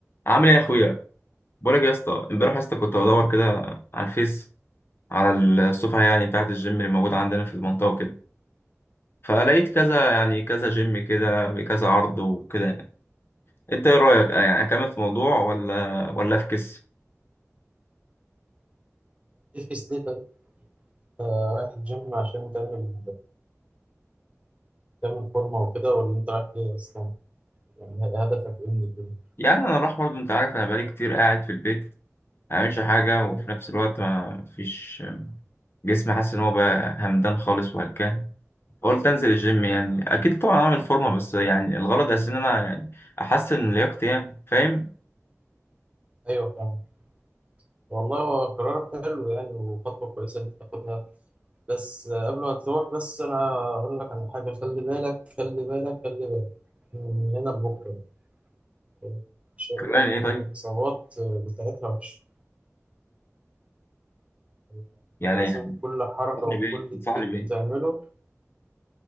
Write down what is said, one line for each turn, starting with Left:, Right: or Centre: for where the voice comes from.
Left: عامل ايه يا اخويا بقولك يا اسطى امبارح يا اسطى كنت بدور كده على الفيس على الصفحه يعني بتاعه الجيم اللي موجوده عندنا في المنطقه وكده فلقيت كذا يعني كذا جيم كده بكذا عرض وكده يعني انت ايه رايك آه، يعني اكمل في موضوع ولا ولا افكس
Right: تفكس ليه طيب؟ أنت رايح الجيم عشان تعمل تعمل فورمة وكده ولا أنت رايح ليه أصلا؟ يعني هدفك إيه من الجيم؟
Left: يعني انا راح برضه انت عارف انا بقالي كتير قاعد في البيت ما بعملش حاجه
Right: مم.
Left: وفي نفس الوقت ما فيش جسمي حاسس ان هو بقى همدان خالص وهلكان فقلت انزل الجيم يعني اكيد طبعا اعمل فورمه بس يعني الغرض اساسا ان انا يعني احسن من لياقتي يعني فاهم
Right: أيوه فاهم والله هو قرار حلو يعني وخطوة كويسة إن أنت تاخدها بس آه، قبل ما تروح بس أنا أقول لك على حاجة خلي بالك خلي بالك خلي بالك من هنا لبكرة آه، عشان
Left: خلاني ايه طيب
Right: الإصابات آه، بتاعتها وحشة يعني أنت
Left: يعني
Right: لازم كل حركة
Left: انصحني
Right: وكل
Left: بيه انصحني
Right: تكنيك
Left: بيه
Right: بتعمله